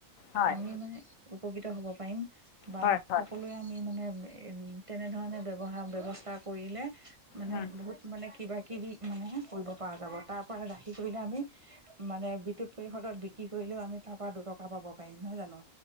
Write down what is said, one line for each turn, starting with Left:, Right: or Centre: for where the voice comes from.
Left: হয়
Right: আমি মানে উপকৃত হ'ব পাৰিম বা
Left: হয় হয়
Right: সকলোৱে আমি মানে উ তেনেধৰণে ব্যৱহাৰ ব্যৱস্থা কৰিলে মানে
Left: উম,
Right: বহুত মানে কিবা মানেহে কৰিব প যাব তাৰ পৰা ৰাখি কৰিলে আমি মানে বিদুত পৰিষদত বিক্ৰী কৰিলেও আমি তাৰ পৰা দুটকা পাব পাৰিম নহয় জানো